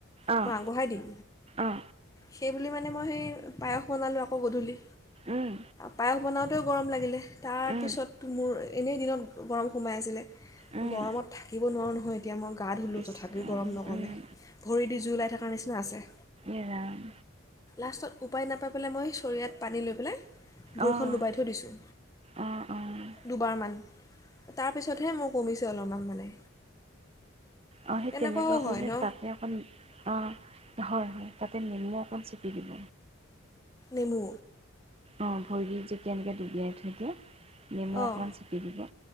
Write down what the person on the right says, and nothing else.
অঁ
অঁ
উম
উম
উম,
ইছ
ৰাম
উম,
এহৰাম।
অ',
অ', অ',
অ সেই
তেনেকোৱা কৰিলে
তাতে অকণ অ হয় হয় তাতে নেমু অকণ চিপি দিব।
অ ভৰি যেতিয়া এনেকে ডুবিয়াই থৈ দিয়ে। নেমু অকণমান
চেপি দিব